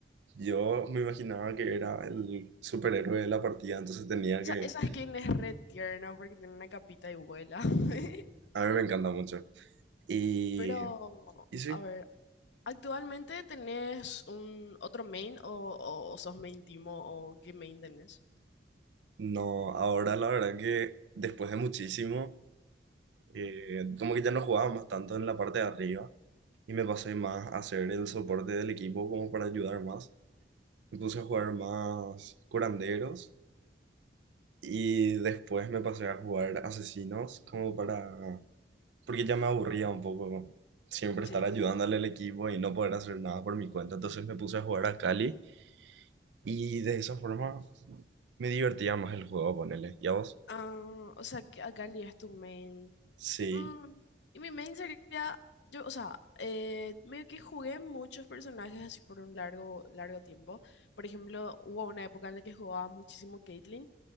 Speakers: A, on the right; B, on the left.
A: yo me imaginaba que era el superhéroe de la partida, entonces tenía
B: Esa,
A: que,
B: esa skin es re tierna porque tiene una capita y vuela. <laughs>
A: a mí me encanta mucho. Y,
B: Pero,
A: y sí,
B: a ver, ¿Actualmente tenés un otro main o, o- o sos main Timo o qué main tenés?
A: no, ahora la verdad que después de muchísimo, eh, como que ya no jugaba más tanto en la parte de arriba y me pasé más a hacer el soporte del equipo como para ayudar más. Me puse
B: Ujú.
A: a jugar más curanderos y después me pasé a jugar asesinos como para... porque ya me aburría un poco siempre
B: Sí.
A: estar ayudándole al equipo y no poder hacer nada por mi cuenta. Entonces me puse a jugar a Cali y de esa forma me divertía más el juego, ponele. ¿Y a vos?
B: Ah, o sea, que Akali es tu main
A: Sí.
B: Mm, y mi main sería, yo, o sea, eh, medio que jugué muchos personajes así por un largo, largo tiempo. Por ejemplo, hubo una época en la que jugaba muchísimo Caitlyn